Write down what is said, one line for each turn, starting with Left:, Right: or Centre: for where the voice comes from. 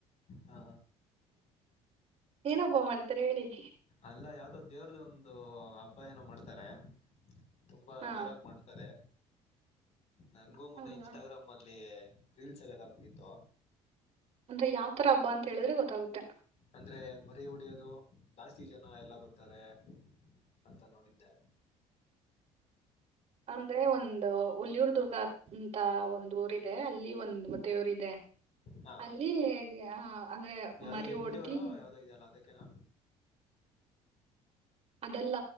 Left: ಹಾ
Right: ಏನೊಬ್ಬ ಮಾಡ್ತಾರೆ ಹೇಳಿದಿ
Left: ಅಲ್ಲ ಯಾವ್ದ ದೇವ್ರದ ಒಂದು ಹಬ್ಬ ಏನೋ ಮಾಡ್ತಾರೆ ತುಂಬಾ
Right: ಹಾ
Left: ಜೋರಾಗಿ ಮಾಡ್ತಾರೆ ನನ್ಗೂ ಮೊನ್ನೆ
Right: ಹೌದಾ
Left: ಇನ್ಸ್ಟಾಗ್ರಾಮ್ ಅಲ್ಲಿ ರೀಲ್ಸ್ ಎಲ್ಲಾರ ಬಂದಿತ್ತು
Right: ಅಂದ್ರೆ ಯಾವ್ತರ ಹಬ್ಬಾ ಅಂತ ಹೇಳಿದ್ರೆ ಗೊತ್ತಾಗುತ್ತೆ
Left: ಅಂದ್ರೆ ಮರಿ ಉಡಿಯೋದು ಜಾಸ್ತಿ ಜನ ಎಲ್ಲ ಬರ್ತಾರೆ ಅಂತ ನೋಡಿದ್ದೆ
Right: ಅಂದ್ರೆ ಒಂದು ಹುಲ್ಲಿಯೂರ್ ದುರ್ಗ ಅಂತ ಒಂದು ಊರ ಇದೆ ಅಲ್ಲಿ ಒಂದ್ ಮತ್ತೆಯ ರ್ ಇದೆ
Left: ಹಾ
Right: ಅಲ್ಲಿ ಅಂದ್ರೆ
Left: ಯಾವ್ದೋ
Right: ಮರಿ
Left: ಎಣ್ಜಿಯವರ
Right: ಹೊಡ್ದಿ
Left: ಯಾವ್ದೋ ಇದೆಯಲ್ಲ ಅದಕ್ಕನಾ
Right: ಅದಲ್ಲ